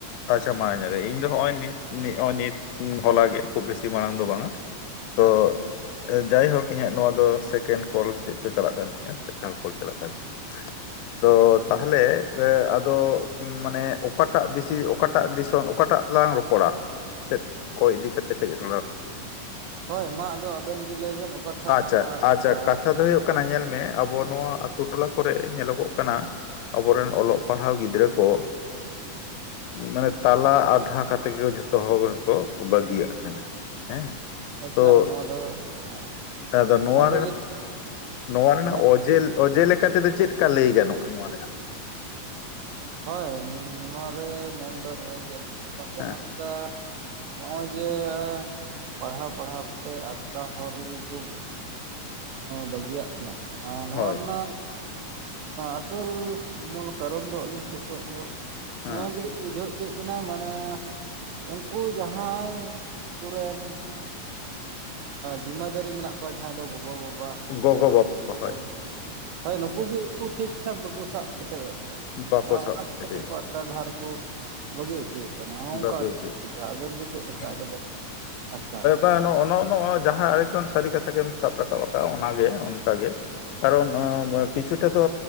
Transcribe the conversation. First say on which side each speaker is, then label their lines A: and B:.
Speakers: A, on the left; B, on the right.
A: ᱟᱪᱪᱷᱟ ᱢᱟ ᱧᱮᱞ ᱤᱧ ᱫᱚ ᱱᱚᱜ ᱚᱭ ᱱᱤᱛ ᱱᱤᱛ ᱦᱚᱞᱟ ᱜᱮᱭᱟ ᱠᱷᱩᱵ ᱵᱤᱥᱤ ᱢᱟᱲᱟᱝ ᱫᱚ ᱵᱟᱝᱟ ᱛᱚ
B: ᱟᱪᱪᱷᱟ
A: ᱡᱟᱭᱦᱳᱠ ᱤᱧᱟᱹᱜ ᱱᱚᱣᱟ ᱫᱚ ᱥᱮᱠᱮᱱᱰ ᱠᱚᱞ ᱪᱮᱫ ᱪᱚ ᱪᱟᱞᱟᱜ ᱠᱟᱱ ᱛᱤᱧᱟᱹ ᱥᱮ ᱛᱷᱟᱲ ᱠᱚᱞ ᱪᱟᱞᱟᱜ ᱠᱟᱱ ᱛᱤᱧᱟᱹ ᱛᱚ ᱛᱟᱦᱞᱮ ᱟᱫᱚ ᱢᱟᱱᱮ ᱚᱠᱟᱴᱟᱜ ᱵᱤᱥᱤ ᱚᱠᱟᱴᱟᱜ ᱫᱤᱥᱚᱢ ᱚᱠᱟᱴᱟᱜ ᱞᱟᱝ ᱨᱚᱯᱚᱲᱟ ᱪᱮᱫ ᱠᱚ ᱤᱫᱤ ᱠᱟᱛᱮᱫ ᱠᱟᱹᱡ <unintelligible>
B: ᱦᱳᱭ ᱢᱟ ᱟᱫᱚ ᱟᱵᱮᱱ ᱜᱮ ᱞᱟᱹᱭᱵᱮᱱ ᱚᱠᱟᱴᱟᱜ
A: ᱟᱪᱪᱷᱟ ᱟᱪᱪᱷᱟ
B: ᱚᱱᱠᱟ
A: ᱠᱟᱛᱷᱟ ᱫᱚ ᱦᱩᱭᱩᱜ ᱠᱟᱱᱟ ᱧᱮᱞ ᱢᱮ ᱟᱵᱚ ᱱᱚᱣᱟ ᱟᱛᱳ ᱴᱚᱞᱟ ᱠᱚᱨᱮ ᱧᱮᱞᱚᱜᱚᱜ ᱠᱟᱱᱟ ᱟᱵᱚᱨᱮᱱ ᱚᱞᱚᱜ ᱯᱟᱲᱦᱟᱣ ᱜᱤᱫᱽᱨᱟᱹ ᱠᱚ ᱢᱟᱱᱮ ᱛᱟᱞᱟ ᱟᱫᱷᱟ ᱠᱟᱛᱮᱜ ᱜᱮ ᱡᱷᱚᱛᱚ ᱦᱚᱲᱠᱚ ᱵᱟᱹᱜᱤᱭᱟᱜ ᱠᱟᱱᱟ᱾ ᱦᱮᱸ,
B: ᱮᱠᱟᱞ
A: ᱛᱚ
B: ᱱᱚᱣᱟ ᱫᱚ ᱦᱮᱸ
A: ᱟᱫᱚ ᱱᱚᱣᱟ
B: ᱢᱮᱱᱫᱟᱞᱤᱧ
A: ᱨᱮ ᱱᱚᱣᱟ ᱨᱮᱱᱟᱜ
B: ᱢᱮᱱ
A: ᱚᱡᱮ ᱚᱡᱮ ᱞᱮᱠᱟ ᱛᱮᱫᱚ ᱪᱮᱫᱠᱟ ᱞᱟᱹᱭ ᱜᱟᱱᱚᱜᱼᱟ ᱱᱚᱣᱟ ᱨᱮᱱᱟᱜ?
B: ᱦᱳᱭ ᱱᱚᱣᱟᱨᱮ ᱢᱮᱱᱫᱚ ᱱᱤᱭᱟᱹᱜᱮ ᱢᱤᱫ ᱥᱮᱫ ᱠᱷᱚᱱ ᱡᱟᱦᱟᱸ
A: ᱦᱮᱸ
B: ᱞᱮᱠᱟ ᱱᱚᱜ ᱚᱭ ᱡᱮ ᱯᱟᱲᱦᱟᱣ ᱯᱟᱲᱦᱟᱣ ᱠᱟᱛᱮᱫ ᱟᱛᱨᱟ ᱦᱚᱨ ᱨᱤᱜᱤ ᱠᱩ ᱵᱟᱹᱜᱤᱭᱟᱜ ᱠᱟᱱᱟ ᱟᱨ ᱱᱚᱣᱟ
A: ᱦᱳᱭ
B: ᱨᱮᱱᱟᱜ ᱟᱥᱚᱞ ᱢᱩᱞ ᱠᱟᱨᱚᱱ ᱫᱚ ᱟᱹᱞᱤᱧ ᱥᱮᱫ ᱠᱷᱚᱱ ᱫᱚ
A: ᱦᱮᱸ
B: ᱱᱚᱣᱟ ᱜᱮᱞᱤᱧ ᱵᱩᱡᱷᱟᱹᱣ ᱪᱮᱫ ᱠᱟᱱᱟ ᱢᱟᱱᱮ ᱩᱱᱠᱩ ᱡᱟᱦᱟᱸᱭ ᱩᱱᱠᱩ ᱨᱮᱱ ᱡᱤᱢᱟᱹ ᱫᱟᱨᱤ ᱢᱮᱱᱟᱜ ᱠᱚᱣᱟ ᱡᱟᱦᱟᱸᱭ ᱫᱚ ᱜᱚᱜᱚ ᱵᱟᱵᱟ᱾
A: ᱜᱚᱜᱚ
B: ᱥᱮ <unintelligible>
A: ᱵᱟᱵᱟ ᱠᱚ, ᱦᱳᱭ
B: ᱦᱳᱭ ᱱᱩᱠᱩ ᱜᱤ ᱩᱱᱠᱩ ᱴᱷᱤᱠᱼᱴᱷᱟᱠ ᱵᱟᱠᱩ ᱥᱟᱵ ᱠᱮᱴᱮᱡᱮᱫ ᱠᱚᱣᱟ᱾
A: ᱵᱟᱠᱚ ᱥᱟᱵ
B: ᱚᱱᱟ ᱠᱷᱟᱹᱛᱤᱨ
A: ᱫᱟᱲᱮᱭᱟᱜ
B: ᱩᱱᱠᱩ
A: ᱠᱚᱣᱟ
B: ᱟᱛᱨᱟ ᱰᱟᱦᱟᱨ ᱠᱚ ᱵᱟᱹᱜᱤᱜ ᱪᱚᱭᱮᱫ ᱚᱱᱠᱟ
A: ᱵᱟᱹᱜᱤ
B: <unintelligible>
A: ᱦᱚᱪᱚᱭᱮᱫ ᱠᱚᱣᱟ
B: ᱟᱵᱮᱱ ᱜᱮ ᱪᱮᱫ ᱞᱮᱠᱟ
A: ᱦᱮᱸ
B: ᱟᱫᱚᱵᱮᱱ ᱟᱴᱠᱟᱨᱟ
A: <unintelligible> ᱡᱟᱦᱟᱸ <unintelligible> ᱥᱟᱹᱨᱤ ᱠᱟᱛᱷᱟ ᱜᱮᱢ ᱥᱟᱵ ᱨᱟᱠᱟᱵ ᱟᱠᱟᱫᱟ ᱚᱮ ᱚᱱᱠᱟᱜ ᱜᱮ ᱠᱟᱨᱚᱱ ᱠᱤᱪᱷᱩᱴᱟ ᱫᱚ